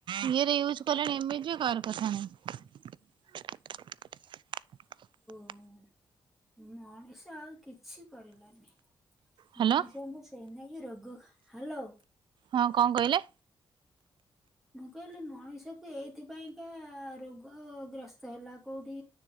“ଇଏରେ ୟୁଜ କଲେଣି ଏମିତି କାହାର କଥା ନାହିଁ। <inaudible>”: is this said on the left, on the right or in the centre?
Right